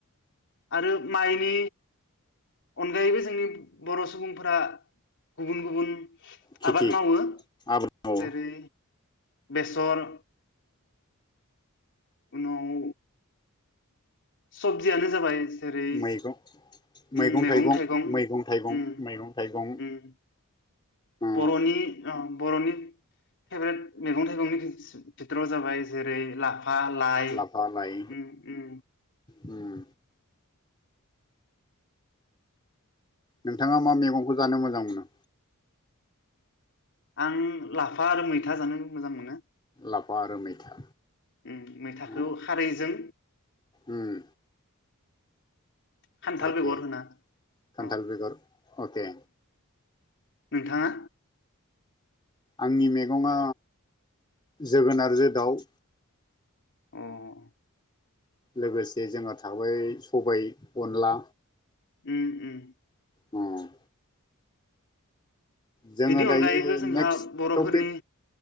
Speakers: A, on the left; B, on the left.
A: आरो माइनि अनगायैबो जोंनि बर' सुबुंफोरा गुबुन गुबुन
B: खेथि
A: आबाद मावो
B: आबाद मावो
A: जेरै बेसर उनाव सबजियानो जाबाय जेरै
B: मैगं मैगं
A: उम मेगं थाइगं
B: मैगं थाइगं
A: उम
B: मैगं थाइगं
A: उम
B: उम
A: बर'नि ओ बर'नि फेभरेट मेगं थाइगंनि भि भितोराव जाबाय जेरै लाफा लाइ
B: लाफा लाइ
A: उम उम
B: उम नोंथाङा मा मेगंखौ जानो मोजां मोनो?
A: आं लाफा आरो मैथा जानो मोजां मोनो।
B: लाफा आरो मैथा
A: उम मैथाखौ
B: उम
A: खारैजों
B: उम
A: खान्थाल
B: अके
A: बेगर होना
B: खान्थाल
A: अ
B: बेगर अके
A: नोंथांङा।
B: आंनि मैगंङा जोगोनारजो दाउ।
A: अ
B: लोगोसे जोंहा थाबाय सबाय अनला।
A: उम उम
B: ह। जोङो
A: बिनि
B: दायो
A: अनगायैबो जोंहा
B: नेक्स्ट
A: बर'फोरनि
B: टपिक